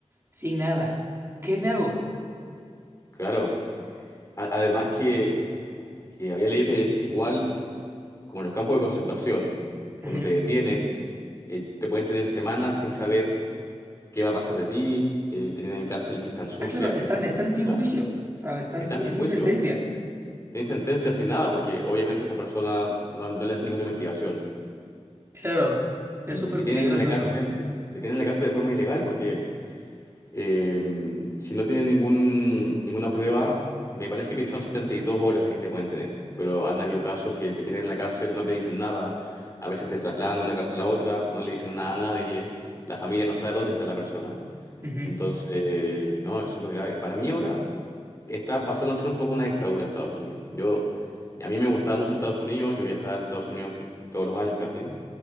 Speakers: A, on the right; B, on the left.
A: sin nada. ¿Qué me hago?
B: claro, a- además que eh, había leído que igual, como en los campos de concentración, cuando
A: Ujú.
B: te detienen, eh, te pueden tener semanas sin saber qué va a pasar de ti, eh, te tienen en cárceles que están sucias,
A: Ah, claro, están,
B: que
A: están sin
B: no,
A: juicio, o sea, están
B: están
A: sin,
B: sin
A: sin
B: juicio.
A: sentencia.
B: tienen sentencia sin nada, porque obviamente esa persona no, no le hace ninguna investigación.
A: Claro. O sea,
B: Y,
A: es súper
B: y te tienen
A: peligroso
B: en la cárcel,
A: eso.
B: te tienen en la cárcel de forma ilegal, porque eh, si no tienen ningún, ninguna prueba, me parece que son 72 horas las que te pueden tener. Pero han habido casos que te tienen en la cárcel, no te dicen nada, a veces te trasladan de una cárcel a otra, no le dicen nada a nadie, la familia no sabe dónde está la persona.
A: Ujú.
B: Entonces, no, es súper grave. Para mí ahora está pasando a ser un poco una dictadura Estados Unidos. Yo, a mí me gustaba mucho Estados Unidos, yo viajaba a Estados Unidos todos los años casi,